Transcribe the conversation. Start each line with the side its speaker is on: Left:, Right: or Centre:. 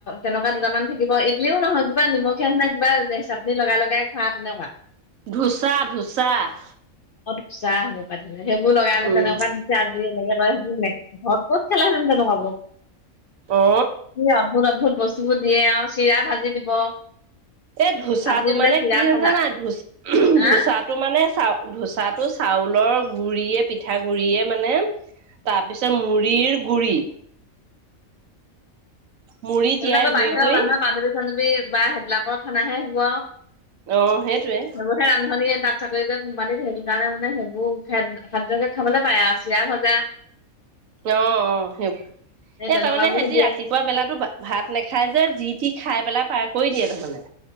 Left: তেনেকুৱা দুটামান থাকিব ইডলিও নহয় কিবা নিমখে নে কিবা চাটনি লগাই লগাই খোৱা তেনেকুৱা
Right: ধোচা ধোচা <inaudible>
Left: অ ধোচা হ'ব সেইবোৰ লগাইলে
Right: উম
Left: তেনেকুৱা দিছে আজি এনেকে ক সেইব নাই ঘৰত বহত খেলাহব অ
Right: অ
Left: কি আধোৰ আধোৰ বস্তুবোৰ দিয়ে আও চিৰা ভাজি দিব
Right: এ ধোচাটো
Left: আজি বোলে
Right: মানে
Left: চিৰা
Right: কি
Left: ভজা
Right: জানা ধচ
Left: হা
Right: ধোচাটো মানে চা ধোচাটো চাউলৰ গুৰিয়ে পিঠা গুৰিয়ে মানে তাৰপিছত মুড়িৰ গুৰি মুড়ি তিয়াই
Left: সেইবিলাকৰ
Right: গুৰি
Left: বাহিৰ
Right: কৰি
Left: বান্ধা বান বান্ধা বা সেইবিলাকৰ খানাহে হব।
Right: অ সেইটোৱে
Left: বহে ৰান্ধনীয়ে চাকৰিক কোমপানীত সেইটো কাৰণে মানে সেইবোৰ খাদ-খাদ্যকে খাবলৈ পায় চিৰা ভজা
Right: অ অ সেইবোৰ
Left: এই
Right: এ
Left: তেনেকুৱাবোৰহে
Right: তাৰমানে সিহতি
Left: দিয়ে
Right: ৰাতিপুৱা বেলাতো ভাত নাখাই যে যি টি খাই পেলাই পাৰ কৰি দিয়ে তাৰমানে।